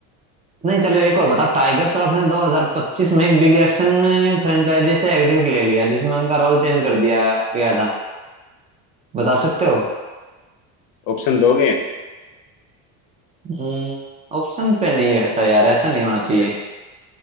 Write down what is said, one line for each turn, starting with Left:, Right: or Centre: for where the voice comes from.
Right: नहीं चलो एक और बताओ टाइगर श्रॉफ ने 2025 में एक बिग एक्शन फ्रेंचाइजी से एग्जिट ले लिया जिसमें उनका रोल चेंज कर दिया गया था बता सकते हो
Left: ऑप्शन दोगे
Right: हम्म ऑप्शन पे नहीं रहता यार ऐसा नहीं होना चाहिए
Left: अच्छा अच्छा